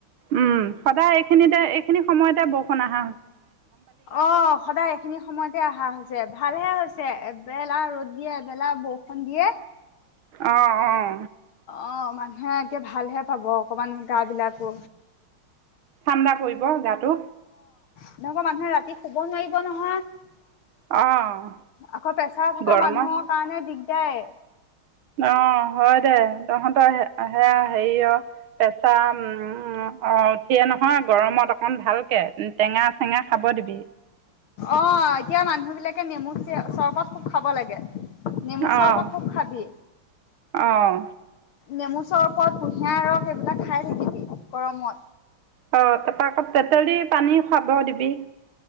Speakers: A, on the right; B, on the left.
A: উম সদায় এইখিনিতে এইখিনি সময়তে বৰষুণ আহা
B: অ সদায় এইখিনি সময়তে অহা হৈছে যে ভালহে হৈছে এবেলা ৰ'দ দিয়ে এবেলা বৰষুণ দিয়ে
A: অ অঁ
B: অঁ মানুহে এে ভালহে পাব অকণমান গা বিলাকো
A: ঠাণ্ডা পৰিব গাটো
B: এনেকুৱা মানুহে ৰাতি শুব নোৱাৰিব নহয়
A: অঁ
B: আকৌ পেছাৰ থকা
A: গৰমত
B: মানুহৰ কাৰণে দিগ যাই
A: অ হয় দে তহঁতৰ সেয়া হেৰি অ পেচা উম অ উঠিয়ে নহয় গৰমত অকমান ভালকে টেঙা চেঙা খাব দিবি
B: অ এতিয়া মানুহ বিলাকে নেমু চৰবত খুব খাব লাগে নেমু
A: অঁ
B: চৰবত খুব খাবি
A: অঁ
B: নেমু চৰবত কুঁহিয়াৰ ৰস এইবিলাক খাই থাকিবি গৰমত
A: অ তাৰপৰা আকৌ তেতেলি পানী খুৱাব দিবি